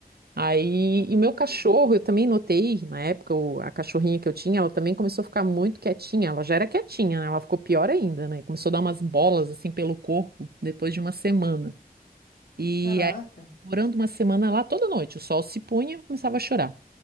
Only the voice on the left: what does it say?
<laughs>
coisa.
caraca.